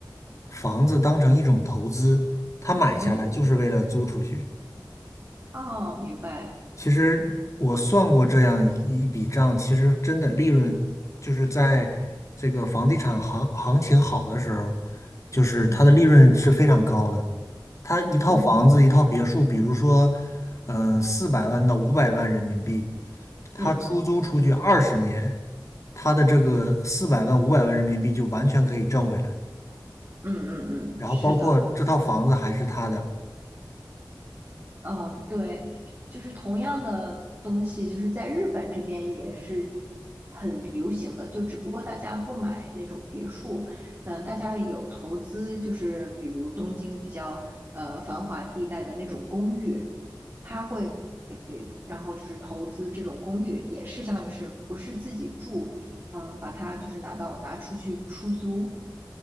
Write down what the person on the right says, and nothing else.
嗯，嗯哦，明白，
嗯
嗯
嗯嗯
嗯嗯，
嗯是的。嗯，对，就是同样的东西，就是在日本这边也是很流行的，就只不过大家不买那种别墅，嗯、大家有投资，就是比如东京比较呃繁华地带的那种公寓，会。然后就是投资这种公寓，也是相当于是不是自己住，嗯，把它就是拿到拿出去出租，